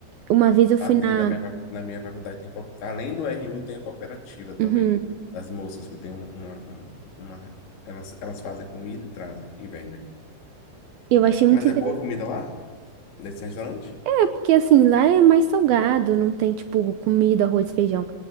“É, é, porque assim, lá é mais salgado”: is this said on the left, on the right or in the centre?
Right